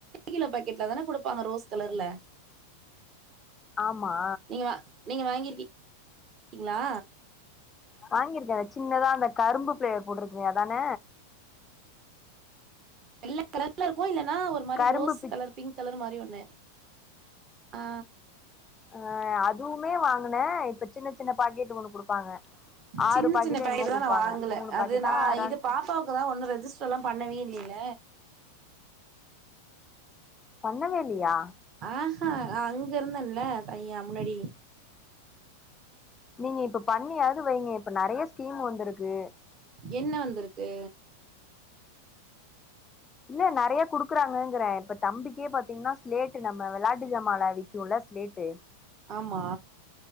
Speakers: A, on the right; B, on the left.
A: கிலோ பாக்கெட்ல தான குடுப்பாங்க ரோஸ் கலர்ல
B: ஆமா
A: நீங்க நீங்க வாங்கிருக்கீ ங்ளா
B: வாங்கிருக்கே சின்னதா அந்த கரும்பு பேர் போட்ருக்குமே அதான
A: வெள்ள கலர்ல இருக்கு இல்லனா ஒரு மாரி
B: கரும்பு
A: rose
B: peach
A: colour pink colour மாரி ஒன்னு ஆ
B: அ அதுவுமே வாங்குனே இப்ப சின்ன சின்ன பாக்கெட் ஒன்னு குடுப்பாங்க ஆறு
A: சின்ன
B: பாக்கெட்டோ
A: சின்ன பேக்கெட்டுதா
B: என்னமோ குடுப்பாங்க
A: நா வாங்கல
B: மூணு பாக்கெட்டா
A: அது நா
B: ஆறான்
A: இது பாப்பாவுக்குதா ஒன்னு ரெஜிஸ் த்துலா பண்ணவே இல்லில
B: பண்ணவேலியா
A: ஆ ஹ அங்க இருந்தன்ல்ல தையா முன்னடி
B: நீங்க இப்ப பண்ணியாது வைங்க இப்ப நறைய ஸ்கீம் வந்துருக்கு
A: என்ன வந்துருக்கு
B: இல்ல நறைய குடுக்குறாங்கங்ற இப்ப தம்பிக்கே பாத்தீங்னா ஸ்லேட்டு நம்ம வெளாட்டு ஜாமால வி க்குல ஸ்லேட்டு
A: ஆமா